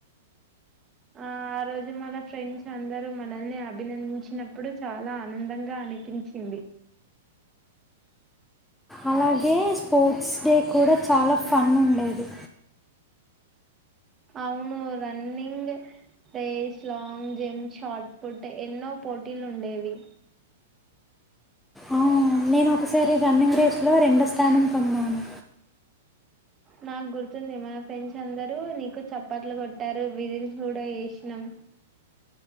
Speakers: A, on the right; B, in the centre.
A: ఆ ఆ రోజు మన ఫ్రెండ్స్ అందరూ మనల్ని అభినందించినప్పుడు చాలా ఆనందంగా అనిపించింది
B: అలాగే స్పోర్ట్స్ డే కూడా చాలా ఫన్ ఉండేది
A: అవును running race long jump shot put ఎన్నో పోటీలు ఉండేవి
B: ఆ, నేను ఒకసారి రన్నింగ్ రేస్లో రెండో స్థానం పొందాను
A: నాకు గుర్తుంది మన ఫ్రెండ్స్ అందరూ నీకు చప్పట్లు కొట్టారు విసిల్స్ కూడా ఏషినం